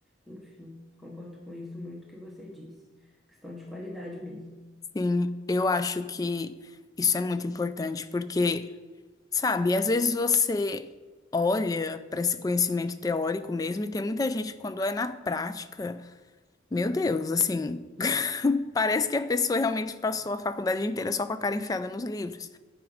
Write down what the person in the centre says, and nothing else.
Enfim, concordo com isso muito que você disse. Questão de qualidade mesmo.